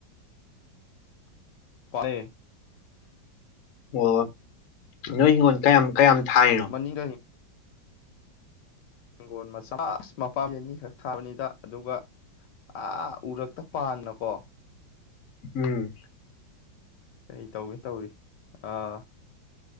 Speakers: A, on the left (about 70°); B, on the left (about 55°).
A: ꯄꯥꯂꯦ
B: ꯑꯣ ꯅꯣꯏ ꯍꯤꯡꯒꯣꯟ ꯀꯌꯥꯝ ꯀꯌꯥꯝ ꯊꯥꯏꯅꯣ
A: ꯃꯅꯤꯡꯗꯍ ꯍꯤꯡꯒꯣꯟ ꯃꯆꯥ ꯑꯁ ꯃꯄꯥꯝꯕꯤ ꯑꯅꯤꯈꯛ ꯊꯥꯕꯅꯤꯗ ꯑꯗꯨꯒ ꯑꯥ ꯎꯔꯛꯇ ꯄꯥꯟꯅꯕꯀꯣ
B: ꯎꯝ
A: ꯀꯩ ꯇꯧꯒꯦ ꯇꯧꯔꯤ ꯑꯥ